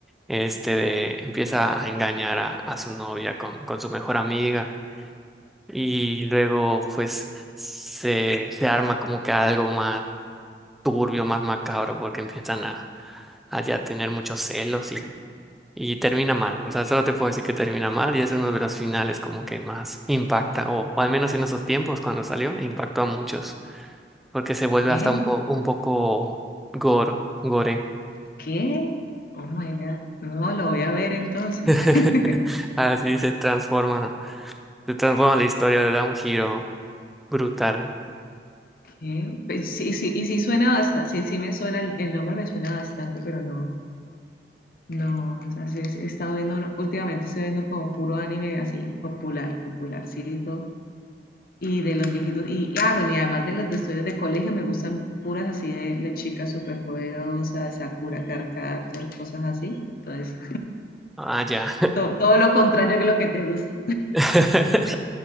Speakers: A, in the centre; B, on the left.
A: este, de- empieza a engañar a, a su novia con, con su mejor amiga y luego pues se, se arma como que algo más turbio, más macabro porque empiezan a, a ya tener muchos celos y termina mal, o sea, solo te puedo decir que termina mal y es uno de los finales como que más impacta, o, o al menos en esos tiempos cuando salió, impactó a muchos, porque se vuelve
B: ¿Qué?
A: hasta un, po- un poco gore, gore.
B: ¿Qué? Oh my God. No, lo voy a ver entonces.
A: <laughs>
B: <laughs>
A: Así se transforma, se transforma la historia, le da un giro brutal.
B: ¿Qué? Pe- Sí, sí, y sí suena bastante, sí, sí me suena, el, el nombre me suena bastante, pero no, no, o sea, sí, sí, he estado viendo, últimamente estoy viendo como puro anime así, popular, popularcito Y de los viejitos, y ah, bueno, y además de las de historias de colegio, me gustan puras así de las chicas superpoderosas Sakura Carcaptor, cosas así. Entonces,
A: Ah, ya.
B: to- todo lo contrario que lo que te gusta.
A: <laughs>